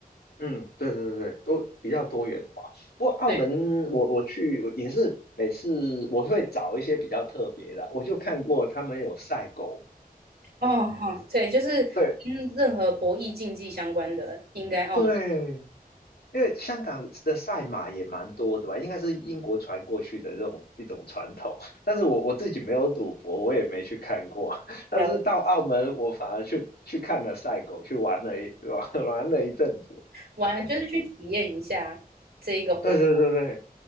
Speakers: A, on the left; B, on the right.
A: 嗯，对对对对，都比较多元化。不过澳门我，
B: 对
A: 我去我也是每次我会找一些比较特别的，我就看过他们有赛狗，
B: 哦，好，对，就是跟任何博弈竞技相关的，
A: 对
B: 应该澳门
A: 对因为香港的赛马也蛮多的吧，应该是英国传过去的这种一种传统。但是我我自己没有赌博，我也没去看过。<laughs> 但是到澳门，
B: 要
A: 我反而去去看了赛狗，去玩了一 <laughs> 玩玩了一阵子。
B: 玩，就是去体验一下这一个活动。
A: 对对对对